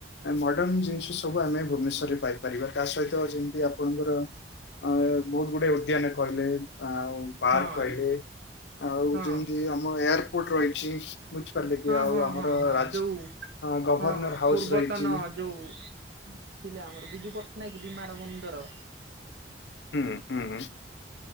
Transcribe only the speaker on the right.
ହଁ
ହଁ
ହଁ
ହଁ
ହଁ ହଁ
ଯୋଉ
ହଁ,
ପୂର୍ବତନ
ଯୋଉ ଥିଲେ ଆମର ବିଜୁ ପଟ୍ଟନାୟକ ବିମାର ମନ୍ଦର।